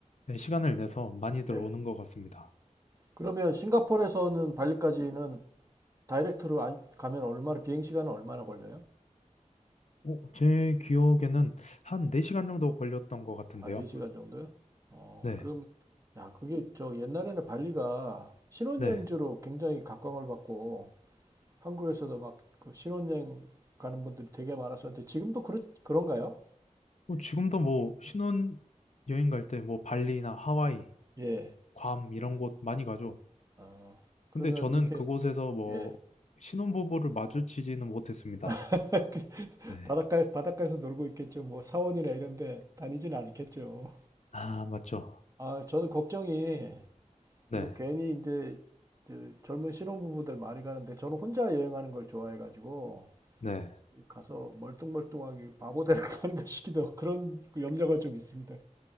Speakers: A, on the left; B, on the right.
A: 시간을 내서 많이들
B: 예.
A: 오는 것 같습니다.
B: 그러면 싱가포르에서는 발리까지는 다이렉트로 안- 가면 얼마나, 비행시간은 얼마나 걸려요?
A: 어, 제 기억에는 한 4시간 정도 걸렸던 것 같은데요.
B: 아, 네시간 정도요? 어,
A: 네,
B: 그럼, 야, 그게 저 옛날에는 발리가 신혼여행지로
A: 네.
B: 굉장히 각광을 받고, 한국에서도 막 그 신혼여행 가는 분들이 되게 많았었는데 지금도 그렇, 그런가요?
A: 어, 지금도 뭐 신혼 여행 갈 때 뭐 발리나 하와이,
B: 예.
A: 괌 이런 곳 많이 가죠.
B: 어, 그러면
A: 근데 저는
B: 이렇게
A: 그곳에서 뭐
B: 예.
A: 신혼부부를 마주치지는 못했습니다.
B: <laughs>
A: 네.
B: 바닷가에 바닷가에서 놀고 있겠죠. 뭐 사원이나 이런 데 다니진 않겠죠.
A: 아, 맞죠.
B: 아, 저는 걱정이
A: 네,
B: 이거 괜히 이제 그 젊은 신혼부부들 많이 가는데 저는 혼자 여행하는 걸 좋아해가지고
A: 네.
B: 가서 멀뚱멀뚱하게 바보 되는 거 아닌가 싶기도 하고 <laughs> 그런 그 염려가 좀 있습니다.